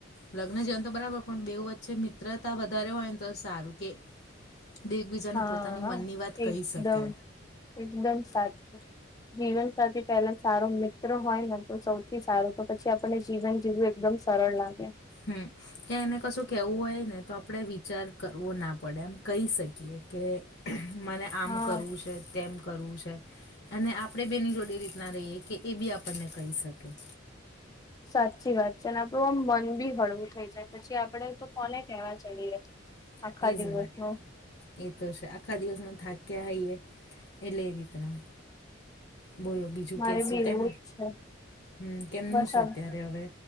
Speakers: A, on the left (about 55°); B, on the left (about 20°).
A: લગ્ન જેવાન તો બરાબર પણ બેવ વચ્ચે મિત્રતા વધારે હોય ને તો સારું કે. બે એકબીજાને
B: હા
A: પોતાની મનની વાત
B: એકદમ
A: કહી શકે.
B: એકદમ સાચું જીવન સાથેથી પહેલા સારો મિત્ર હોય ને. તો સૌથી સારું તો પછી આપણને જીવન જીવું એકદમ સરળ લાગે.
A: હમ. કે એને કશું કેવું હોય ને તો આપણે વિચાર કરવો ના પડે આમ કહી શકીએ કે. મને આમ
B: હા
A: કરવું છે તેમ કરવું છે. અને આપણે બેની જોડે રીતના રહીએ કે એ બી આપણને કહી શકીએ.
B: સાચી વાત છે અને આપડું આમ મન બી હળવું થઈ જાય પછી આપડે તો કોને કહેવા જઈએ.
A: એઝ.
B: આખા દિવસ ન
A: એ તો છે આખા દિવસમાં થાક્યા હોઈએ એટલે એ રીતના. બોલો બીજું
B: મારે
A: કે શું
B: બી
A: કેમ
B: એવું જ છે
A: હમ કેમનું
B: બસ
A: છે
B: આ
A: અત્યારે હવે.